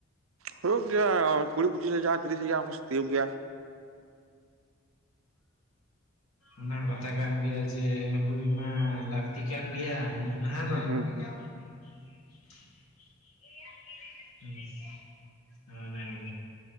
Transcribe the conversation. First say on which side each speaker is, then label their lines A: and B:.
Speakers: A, on the right; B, on the left.
A: ᱦᱩᱭᱩᱜ ᱜᱮᱭᱟ ᱠᱩᱲᱤ ᱯᱚᱸᱪᱤᱥ ᱦᱟᱡᱟᱨ ᱛᱤᱨᱤᱥ ᱦᱟᱡᱟᱨ ᱛᱤᱭᱚᱜ ᱜᱮᱭᱟᱭ
B: ᱚᱱᱟ ᱠᱟᱛᱷᱟ ᱠᱟᱱ ᱜᱮᱭᱟ ᱡᱮ ᱦᱩᱭ ᱢᱟ ᱞᱟᱹᱠᱛᱤ ᱠᱟᱱ ᱜᱮᱭᱟ ᱩᱱᱟᱹᱜ <unintelligible>
A: ᱦᱩᱸ ᱦᱩᱸ
B: ᱦᱩᱸ ᱚᱱᱟ ᱜᱮ